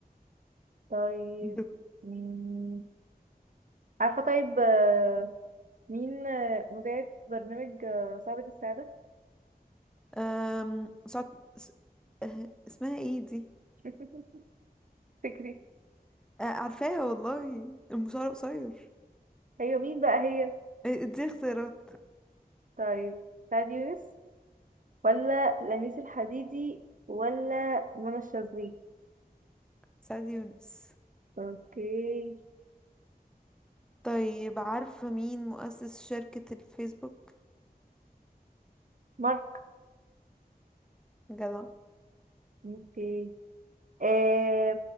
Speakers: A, on the right (about 55°); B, in the centre.
A: طيب
B: دو-
A: مم. عارفه طيب آه، مين آه، مذيعة برنامج آه، صعبة السعادة
B: أم... سعد... س... آه، اسمها ايه دي
A: <laughs> فكري
B: آه عارفاها والله المشوار قصير
A: ايوه مين بقى هي
B: آه، دي اختيارات
A: طيب سعد يونس ولا لميس الحديدي ولا منى الشاذلي
B: سعد يونس
A: اوكي
B: طيب عارفة مين مؤسس شركة الفيسبوك
A: مارك
B: جدع
A: اوكي آه،